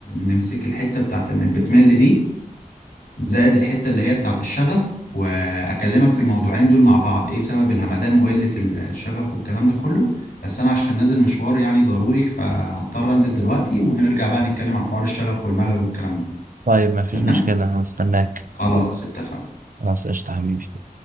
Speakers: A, on the left; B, on the right.
A: نمسك الحتة بتاعت انك بتمل دي زائد الحتة اللي هي بتاعت الشغف واكلمك في الموضوعين دول مع بعض ايه سبب الهمدان وقلة ال- الشغف والكلام ده كله بس انا عشان نازل مشوار يعني ضروري فهضطر انزل دلوقتي ونرجع بقى نتكلم عن حوار الشغف والملل والكلام ده
B: طيب مفيش
A: تمام
B: مشكلة هستناك
A: خلاص اتفقنا
B: خلاص قشطة حبيبي